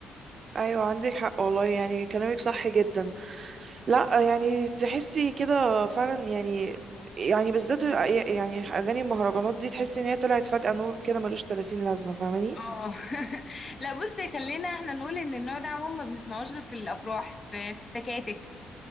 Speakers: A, on the right; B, on the left.
A: ايوه عندك حق والله يعني كلامك صح جدا لا آه، يعني تحسي كده فعلا يعني يعني بالذات ال- يعني اغاني المهرجانات دي تحسي ان هي طلعت فجأة نور كده ملوش 30 لازمة فاهماني
B: اه <laughs> لا بصي خلينا احنا نقول ان النوع ده عموما ما بنسمعوش غير في الافراح في, في التكاتك